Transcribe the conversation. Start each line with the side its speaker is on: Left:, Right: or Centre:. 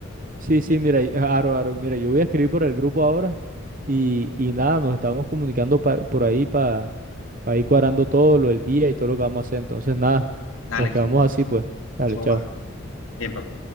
Right: Sí, sí, mira, y- ah, Aro, Aro, mira, yo voy a escribir por el grupo ahora y, y nada, nos estamos comunicando pa- por ahí para ir cuadrando todo lo del día y todo lo que vamos a hacer. Entonces, nada,
Left: Dale,
Right: nos quedamos así, pues. Dale,
Left: eso
Right: chao.
Left: va. Bien, papá.